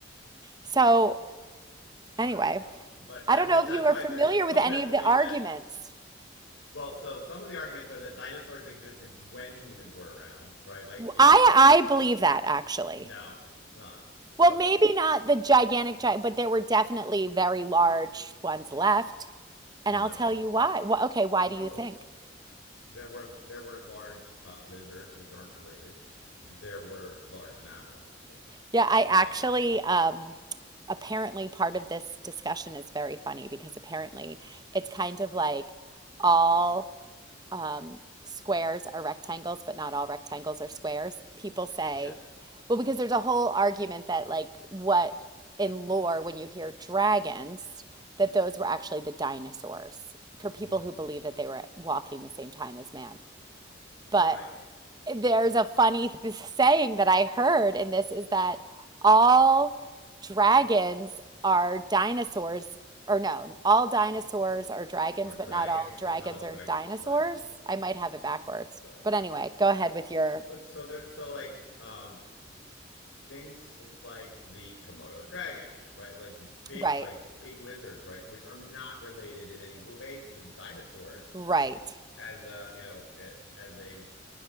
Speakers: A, on the right; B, on the left.
A: So anyway,
B: I don't know. But
A: I
B: that
A: don't know
B: well that's
A: if you are
B: why
A: familiar
B: there's some
A: with any
B: that
A: of
B: believe
A: the arguments.
B: that well, so some of the arguments are that dinosaurs existed when humans were around, right? Like, you
A: I
B: know,
A: I believe that actually.
B: no, it's not. So,
A: Well, maybe not the gigantic giant, but there were definitely very large ones left. And
B: no.
A: I'll tell you why. Wh- okay, why
B: No.
A: do you think?
B: There were there were large uh, lizards which aren't related. There were large mammals.
A: Yeah, I actually,
B: Um,
A: um, apparently part of this discussion is very funny because apparently it's kind of like all. um, squares are rectangles, but not all rectangles are squares. People say,
B: yes.
A: well, because there's a whole argument that, like, what in lore, when you hear dragons, that those were actually the dinosaurs for people
B: No.
A: who believe that they were walking the same time as man.
B: Right.
A: But there's a funny th saying that I heard in this is that all dragons are dinosaurs, or no, all dinosaurs are dragons,
B: are dragons,
A: but not all dragons
B: but not all dragons
A: are dinosaurs.
B: are dinosaurs.
A: I might have it backwards.
B: Right.
A: But anyway, go ahead with your
B: But so they're so like um things like the Komodo dragon, right? Like big
A: right,
B: like big lizards, right, which are not related in any way to the dinosaurs
A: right,
B: as a, you know, eh, as a